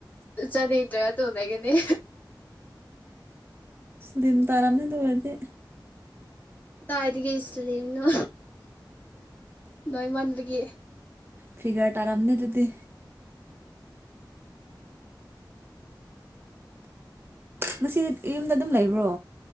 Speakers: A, on the left; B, on the right.
A: ꯆꯥꯅꯤ ꯇꯔꯥ ꯇꯣꯂꯒꯅꯤ
B: ꯂꯤꯝ ꯇꯔꯝꯅ ꯂ ꯑꯣꯏꯔꯗꯤ
A: ꯀꯗꯥꯥꯏꯗꯒꯤ ꯁꯤꯜꯂꯤꯔꯤꯅꯣ ꯅꯣꯏ ꯃꯥꯟꯕꯒꯤ
B: ꯐꯤꯒꯔ ꯇꯥꯔꯥꯝꯅꯤ ꯑꯗꯨꯗꯤ ꯉꯁꯤꯗꯤ ꯌꯨꯝꯗ ꯑꯗꯨꯝ ꯂꯩꯕ꯭ꯔꯣ